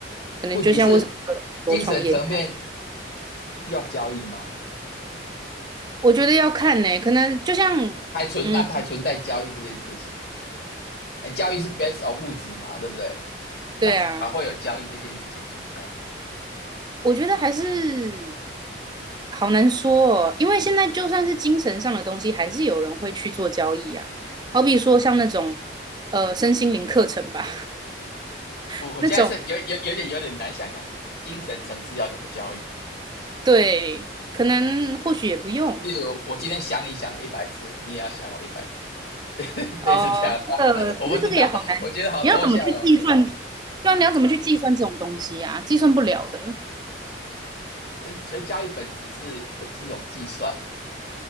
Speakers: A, on the right; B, on the left.
A: 可能就像为什么很多创业家
B: 问题是精神层面需要交易吗？
A: 我觉得要看呢、可能就像，
B: 还存那还存在交易这件事情？
A: 嗯，
B: 哎，交易是 based on 物质嘛，对不对？那还会有交易这件事情存在啊？
A: 对啊，我觉得还是。好难说哦，因为现在就算是精神上的东西，还是有人会去做交易啊。好比说像那种呃身心灵课程吧，<laughs>
B: 我我现在是有有有点有点难想象精神层次要怎么交易。
A: 那种对，可能或许也不用
B: 例如我今天想你想了一百次，你也要想我一百次，<laughs>
A: 哦。
B: 类似这样吧？
A: 这个可是这个也好难，
B: <laughs> 我不知道，我觉得好抽象哦。
A: 你要怎么去计算？对啊，你要怎么去计算这种东西啊？计算不了的。
B: 其实觉得交易本质是是一种计算嘛？